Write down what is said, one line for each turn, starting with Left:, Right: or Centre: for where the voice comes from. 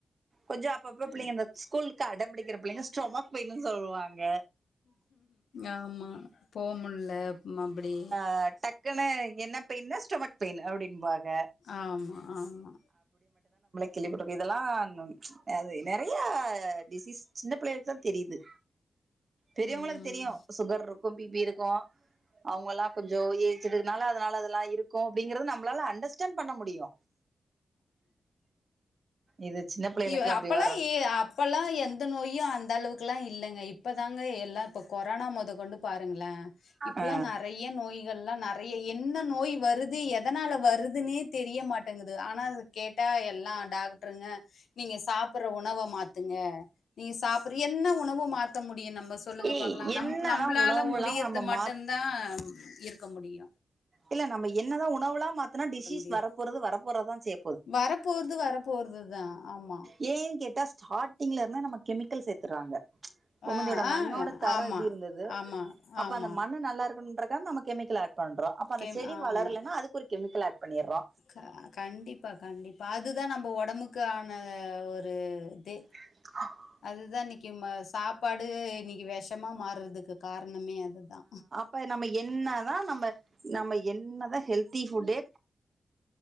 Right: கொஞ்சோ அப்பப்ப புள்ளைங்க
Left: இப்
Right: இந்த ஸ்கலுக்கு அடம்பிடிக்கிற புள்ளைங்க ஸ்டொமக் பெயின்னு சொல்லுவாங்க
Left: ஆமா போமுள்ள மாம்புடி
Right: அ டக்குனு என்ன பெயின்னு ஸ்டொமக் பெயின்னு அப்டின்பாங்க
Left: ஆமா ஆமா
Right: கேள்ளிபட்டுருக்கே இதெல்லா அது நறைய டிசீஸ் சின்ன பிள்ளைகளுக்கு தா தெரியுது பெரியவங்களுக்கு
Left: ம்
Right: தெரியு சுகர்ருக்கு பி பிருக்கு அவுங்கல்லா கொஞ்சோ ஏஜ்டுதுன்னால அதனால அதெல்லா இருக்கு அப்டிங்கறது நம்பளால அண்டர்ஸ்டாண்ட் பண்ண முடியு இது சின்ன பிள்ளைகளுக்குலா
Left: எ ஆ
Right: இப்டி
Left: அப்பல்லா
Right: வர்றது
Left: எ அப் அப்பல்லா எந்த நோயு அந்தளவுக்குல்லா இல்லங்க இப் இப்பதாங்க எல்லா இப்ப கொரோனா மொத கொண்டு பாருங்களே இப்பல்லா
Right: ஆ
Left: நறைய நோய்கள்லா நறை றையா என்ன நோய் வருது எதனால வருதுன்னே தெரிய மாட்டங்குது ஆனா கேட்டா எல்லா டாக்டருங்க நீங்க சாப்பபுட்ற உணவ மாத்துங்க நீ சாப்புற என்ன உணவு மாத்த முடியு நம்ம சொல்லுங்க
Right: ஏய்
Left: பாக்கலா
Right: என்னதா
Left: நம் நம்பளால
Right: உணவுலா
Left: முடியறது
Right: நம்ம
Left: மட்டுந்
Right: மாத்
Left: தா இருக்க முடியு
Right: இல்ல நம்ப என்னதா உணவுலா மாத்னா டிசீஸ்
Left: முடியும்
Right: வரபோறது வரப்போறதா சே
Left: வரப்போறது வரப்போறதுதா ஆமா
Right: ஏ ஏன்னு கேட்டா ஸ்டார்ட்டிங்லருந்து நம்ம கெமிக்கல் சேத்துறாங்க
Left: ஆ
Right: ஒமந்தியோட
Left: ஆ
Right: மண்ணோட தரோ
Left: ஆமா
Right: எப்டி இருந்துது
Left: ஆமா
Right: அப்ப
Left: ஆமா
Right: அந்த மண்ணு நல்லாருக்கன்றக்கா நமக்கு கெமிக்கல் ஆட் பண்றோ அப்ப அந்த
Left: கேம்
Right: செடி
Left: ஆமா
Right: வளர்லனா அதுக்கு ஒரு கெமிக்கல் ஆட் பண்ணிர்றோ
Left: அ கண்டிப்பா கண்டிப்பாக அதுதா நம்ம ஒடம்புக்கான ஒரு இதே
Right: <inaudible>
Left: அதுதா இன்னிக்கி ம சாப்பாடு இன்னிக்கி விஷமா மாறுறதுக்கு கார்ணமே அதுதா
Right: இப்ப நம்ம என்னதா நம்ம நம்ம என்னதா ஹெல்தி ஃபுட்டே